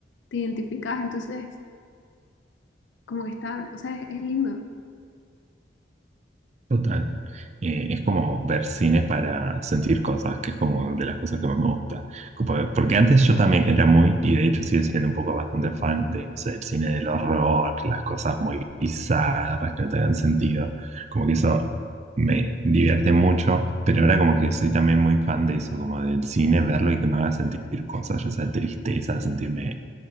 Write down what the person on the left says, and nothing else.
te identificás, entonces como que está, o sea, es es lindo.